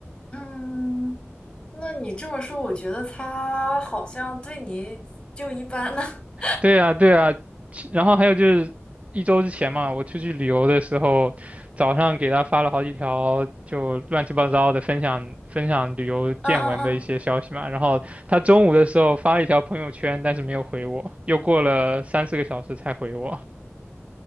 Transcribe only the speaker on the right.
对呀，对呀，其然后还有就是一周之前嘛，我出去旅游的时候，早上给他发了好几条就乱七八糟的分享分享旅游见闻的一些消息嘛，
然后他中午的时候发了一条朋友圈，但是没有回我，又过了三四个小时才回我。